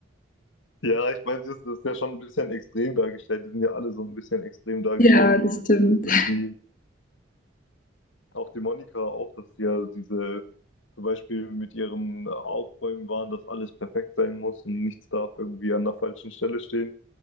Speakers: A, on the left (about 80°); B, on the left (about 40°).
A: Ja, ich meine, das das ist ja schon ein bisschen extrem dargestellt. Die sind ja alle so ein bisschen extrem dargestellt,
B: Ja, das stimmt.
A: dass
B: <laughs>
A: die, auch die Monika auch, dass die ja diese, zum Beispiel mit ihrem Aufräumen waren, dass alles perfekt sein muss und nichts darf irgendwie an der falschen Stelle stehen.